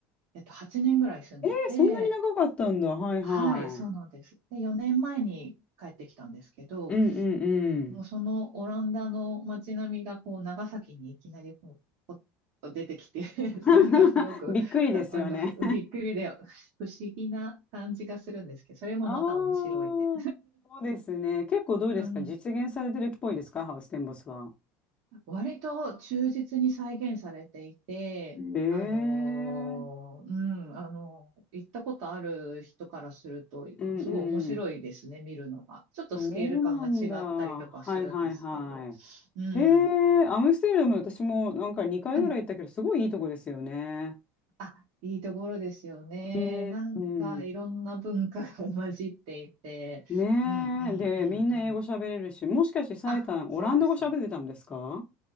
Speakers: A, on the right; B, on the left.
A: えっと、8年ぐらい住んでて、
B: えー、そんなに長かったんだ。はいは
A: はい、そうなんです。で、4年前に帰ってきたんですけど、
B: い。うんうんうん。
A: ねもうそのオランダの街並みがこう長崎にいきなりこうポッと出てきて <laughs>
B: <laughs>
A: それがすごく
B: びっくりですよね。
A: あのびっくりで不思議な感じがするんですけど、それもまた面白いで。
B: <laughs> ああ、そうですね。結構どうですか実現されてるっぽいですかハウステンボスは。
A: うん、割と忠実に再現されていて、
B: うんへえ。
A: あのーうん、あのー行ったことある人からすると、
B: うん
A: すごい面白いですね、
B: うん。
A: 見るのが。ちょっとスケール感が違ったりとかするんですけど。
B: そうなんだ。はいはいは
A: うん。
B: い。へえ、アムステルダム、私もなんか2回ぐらい行ったけど、
A: はい
B: すごいいいとこですよね。
A: あ、いいところですよね。
B: うんうん。
A: なんかいろんな文化が <laughs> 混じっていて。
B: ねえ。
A: うんうんうんうん。
B: で、みんな英語喋れるし、もしかしてサイさん、
A: あ、そうですね。
B: オランダ語喋ってたんですか